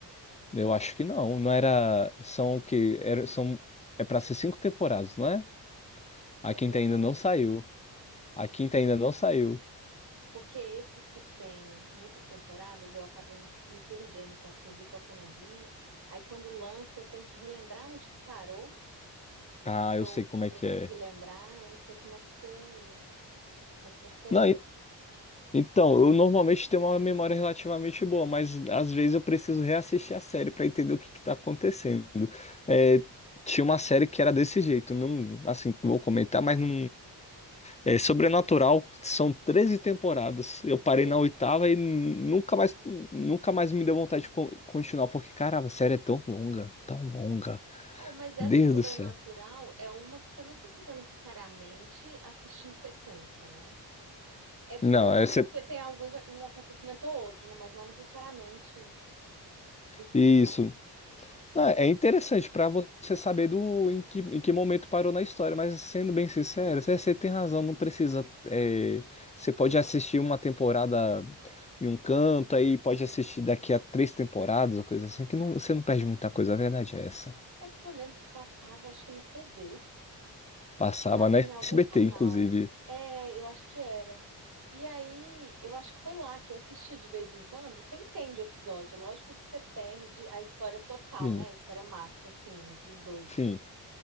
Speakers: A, on the left; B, on the right.
A: eu acho que não. Não era. São o quê? Era, são, é pra ser cinco temporadas, não é? A
B: Ou
A: quinta
B: pior
A: ainda
B: que eu nem
A: não
B: sei.
A: saiu. A quinta ainda não saiu.
B: Porque esses que têm muitas temporadas, eu acabo me me perdendo qual que eu vi, qual que eu não vi. Aí quando lança, eu tenho que relembrar onde que parou
A: Ah,
B: para
A: eu
B: eu,
A: sei como é
B: para
A: que
B: eu conseguir
A: é.
B: lembrar. Eu não sei como é que você, como é que você é.
A: Não, Então, eu normalmente tenho uma memória relativamente boa, mas às vezes eu preciso reassistir a série para entender o que que tá acontecendo. É, tinha uma série que era desse jeito, não, assim, vou comentar, mas não, é Sobrenatural, são 13 temporadas. Eu parei
B: Sei.
A: na oitava e nunca mais, nunca mais me deu vontade de con- continuar, porque caramba, a série é tão longa, tão longa.
B: Bom, mas essa
A: Deus
B: sobrenatural
A: do céu.
B: é uma que você não precisa necessariamente assistir em sequência, né? É bom
A: Não, essa,
B: porque tem alguns um acontecimento ou outro, né? Mas não necessariamente precisa,
A: isso.
B: né?
A: Ah, é interessante para você saber do em que, em que momento parou na história, mas sendo bem sincero, você, você tem razão, não precisa. é, você pode assistir uma temporada em um canto, aí pode assistir daqui a três temporadas, ou coisa assim, que não, você não perde muita coisa, a verdade é essa.
B: É porque eu lembro que passava, acho que na TV.
A: Passava
B: Em, a-
A: na
B: em
A: SBT,
B: algum canal.
A: inclusive.
B: É, eu acho que era. E aí, eu acho que foi lá que eu assisti de vez em quando. Você entende o episódio, lógico que você perde a história total,
A: Sim.
B: né? A história macro, assim, dos dois.
A: enfim.